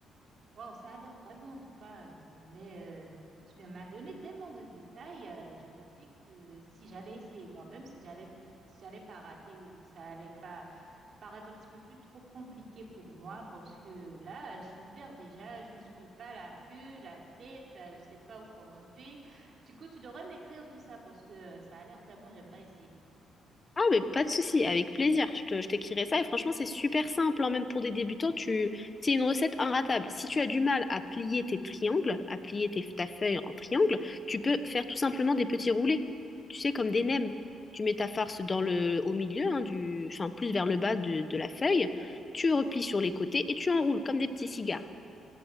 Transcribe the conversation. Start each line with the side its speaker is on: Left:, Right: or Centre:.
Right: Waouh, ça a l'air très bon en tout cas. euh, Mais euh, tu m'as donné tellement de détails. euh, je me dis que si j'allais essayer moi-même, si j'allais, si j'allais pas rater ou ça allait pas paraître un petit peu plus trop compliqué pour moi, parce que là, je me perds déjà. Je me souviens pas la queue, la tête. euh, je sais pas où commencer. Du coup, tu devrais m'écrire tout ça parce que euh, ça a l'air très bon. J'aimerais essayer.
Left: Ah mais pas de souci, avec plaisir, je te- je t'écrirai ça et franchement c'est super simple, hein, même pour des débutants, tu... c'est une recette inratable. Si tu as du mal à plier tes triangles, à plier tes- ta feuille en triangle, tu peux faire tout simplement des petits roulés, tu sais, comme des nems. Tu mets ta farce dans le, au milieu, hein, du, enfin plus vers le bas de, de la feuille, tu replies sur les côtés et tu enroules comme des petits cigares.